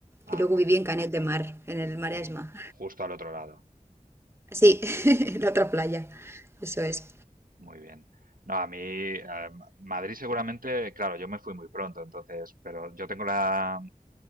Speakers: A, on the right; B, on the right.
A: Ah,
B: y luego
A: vale,
B: viví en Canet de Mar, en el Maresma.
A: justo al otro lado.
B: Sí, <laughs> en la otra playa. Eso es.
A: Muy bien. No, a mí, eh, Madrid seguramente, claro, yo me fui muy pronto, entonces, pero yo tengo la,